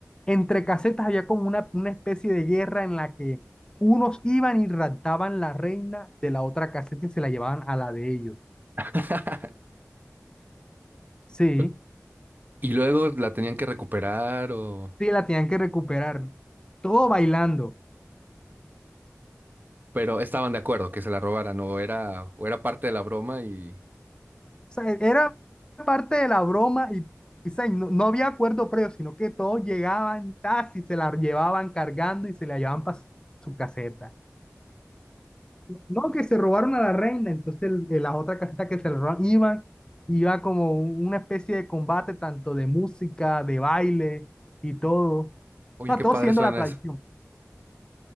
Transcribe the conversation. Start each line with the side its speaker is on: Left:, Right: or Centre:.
Left: entre casetas había como una, una especie de guerra en la que unos iban y raptaban la reina de la otra caseta y se la llevaban a la de ellos.
Right: <laughs>
Left: Sí,
Right: Lo- Y luego la tenían que recuperar o...
Left: sí, la tenían que recuperar. Todo bailando.
Right: Pero estaban de acuerdo que se la robaran o era, o era parte de la broma y...
Left: sea, era parte de la broma y, y, o sea, y no, no había acuerdo previo, sino que todos llegaban tas y se la llevaban cargando y se la llevaban para su caseta. No, que se robaron a la reina, entonces el- de la otra caseta que se la robaron iban, iba como un- una especie de combate tanto de música, de baile y todo. O
Right: Oye,
Left: sea,
Right: qué
Left: todo
Right: padre
Left: siendo
Right: suena
Left: la tradición.
Right: eso.